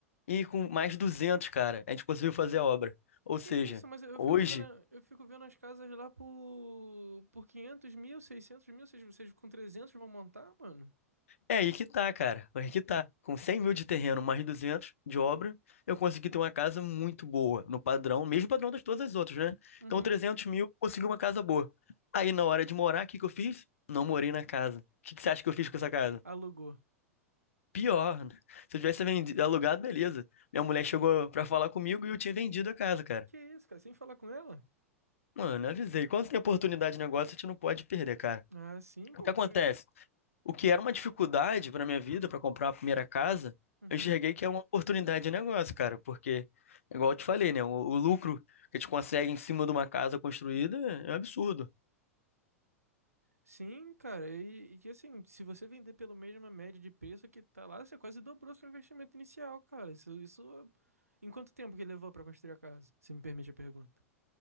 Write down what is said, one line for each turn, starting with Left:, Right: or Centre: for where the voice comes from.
Left: e com mais 200, cara, a gente conseguiu fazer a obra. Ou
Right: Que
Left: seja,
Right: isso, mas eu eu
Left: hoje,
Right: fico vendo, eu fico vendo as casas lá por, por 500 mil, 600 mil, vocês, vocês com 300 vão montar, mano?
Left: é aí que tá, cara, é aí que tá. Com 100 mil de terreno, mais 200 de obra, eu consegui ter uma casa muito boa, no padrão, mesmo padrão das todas as outras, né?
Right: Uhum.
Left: Então, 300 mil, consegui uma casa boa. Aí, na hora de morar, o que que eu fiz? Não morei na casa. O que que você acha que eu fiz com essa casa?
Right: Alugou.
Left: Pior, <laughs> né? Se eu tivesse vendido, alugado, beleza. Minha mulher chegou pra falar comigo e eu tinha vendido a casa, cara.
Right: Que isso, cara, sem falar com ela?
Left: Mano, avisei. Quando tem oportunidade de negócio, a gente não pode perder, cara.
Right: Ah, sim, pô.
Left: O que acontece?
Right: por-
Left: O que era uma dificuldade pra minha vida, pra comprar a primeira casa,
Right: Uhum.
Left: eu enxerguei que é uma oportunidade de negócio, cara. Porque, igual eu te falei, né? O, o lucro que a gente consegue em cima de uma casa construída é um absurdo.
Right: Sim, cara, e, e que assim, se você vender pelo mesma média de preço que tá lá, você quase dobrou seu investimento inicial, cara. Isso, isso... Em quanto tempo que levou pra construir a casa? Se me permite a pergunta.